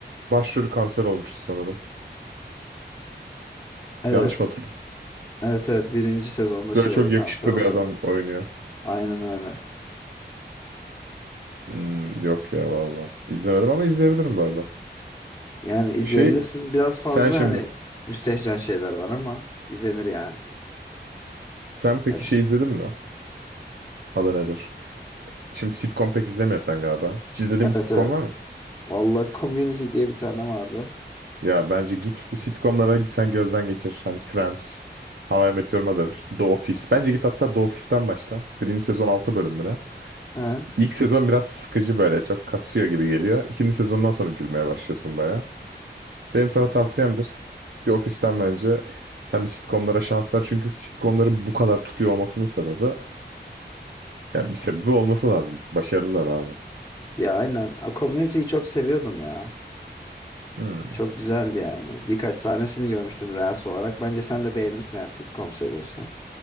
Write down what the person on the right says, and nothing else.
başrolü kanser olmuştu sanırım.
Yanlış mı hatırlıyorum?
Böyle çok
yakışıklı
bir adam oynuyor.
Hmm, yok ya valla. İzlemedim ama izleyebilirim bu arada.
Şey
sen şimdi
sen peki
şey izledin mi? Adı nedir? Şimdi sitcom pek izlemiyorsun sen galiba. Hiç izlediğin bir
sitcom
var mı?
Ya bence git bir sitcomlara sen gözden geçir. Hani Friends, How I Met Your Mother, The Office. Bence git hatta The Office'ten başla. Birinci sezon 6 bölümüne.
İlk sezon biraz sıkıcı böyle çok kasıyor gibi geliyor. İkinci sezondan sonra gülmeye başlıyorsun baya. Benim sana tavsiyemdir. Bir ofisten bence sen bir sitcomlara şans ver. Çünkü sitcomların bu kadar tutuyor olmasının sebebi yani bir sebebi olması lazım. Başarılılar abi.
Hmm.